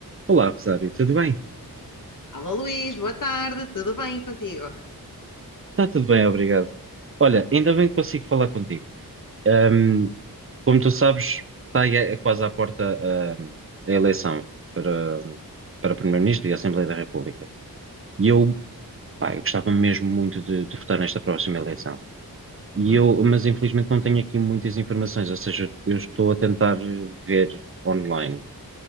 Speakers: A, on the right; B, on the left.
A: Olá, Rosário, tudo bem?
B: Alô Luís, boa tarde, tudo bem contigo?
A: Está tudo bem, obrigado. Olha, ainda bem que consigo falar contigo. Ahm, como tu sabes, está aí a- quase à porta, ahm, a eleição para, para Primeiro-Ministro e Assembleia da República. E eu, pá, eu gostava mesmo muito de, de votar nesta próxima eleição. E
B: Hum,
A: eu, mas infelizmente não tenho aqui muitas informações, ou seja, eu estou a tentar eh, ver online,